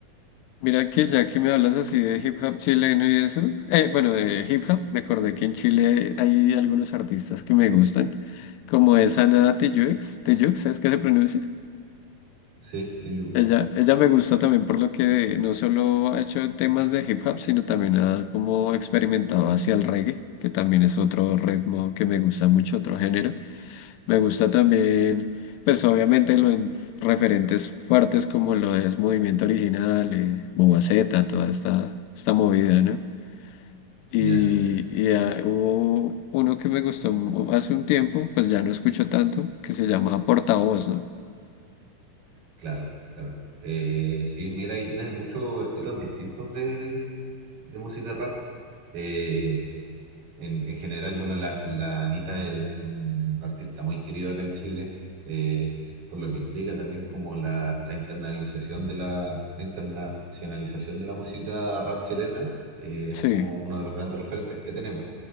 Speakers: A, on the left; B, on the right.
A: mira que ya que me hablas así de hip hop chileno y eso, eh, bueno, de hip hop, me acordé que en Chile hay algunos artistas que me gustan, como es Ana Tijoux, Tijoux, ¿es que se pronuncia?
B: Sí, Steve Jobs.
A: Ella, ella me gusta también por lo que no solo ha hecho temas de hip hop, sino también ha como experimentado hacia el reggae, que también es otro ritmo que me gusta mucho, otro género. Me gusta también, pues obviamente los referentes fuertes como lo es Movimiento Original, eh, Bobaceta, toda esta, esta movida, ¿no? Y,
B: Ya,
A: y ah, hubo uno que me gustó mu- hace un tiempo, pues ya no escucho tanto, que se llama Portavoz, ¿no?
B: claro, claro. Eh, sí, mira, ahí tienes muchos estilos distintos de, de música rap. Eh, en, en general, bueno, la, la Anita es un artista muy querido acá en Chile, eh, por lo que implica también como la, la internalización de la, la internacionalización de la música rap chilena, eh,
A: Sí,
B: es como uno de los grandes referentes que tenemos.